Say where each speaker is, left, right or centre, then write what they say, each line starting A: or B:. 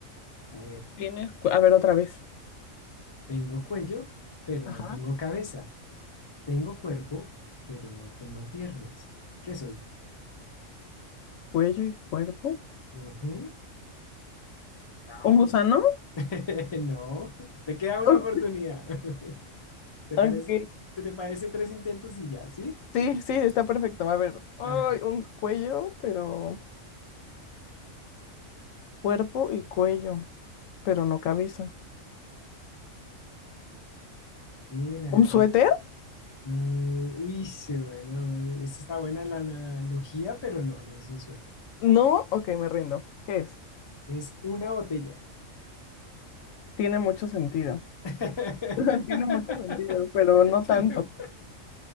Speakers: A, on the left; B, on the left.
A: A ver.
B: Tiene, cu- a ver otra vez.
A: Tengo cuello, pero
B: Ajá,
A: no tengo cabeza. Tengo cuerpo, pero no tengo piernas. ¿Qué soy?
B: cuello y cuerpo.
A: Ujú. No.
B: ¿Un gusano?
A: <laughs> No. Te queda una
B: Oh,
A: oportunidad. <laughs> ¿Te
B: Ok.
A: parece, te, te parece tres intentos y ya, ¿sí?
B: Sí, sí, está perfecto. A ver, ay,
A: A ver.
B: un cuello, pero cuerpo y cuello, pero no cabeza.
A: Mira,
B: ¿Un
A: a
B: suéter?
A: ver. Mm, uy, sí, bueno, eh, esta está buena la la analogía, pero no, no es un suéter.
B: No, ok, me rindo. ¿Qué es?
A: Es una botella.
B: Tiene mucho sentido.
A: <laughs>
B: <laughs> Tiene mucho sentido, pero no
A: Te
B: tanto.
A: lo-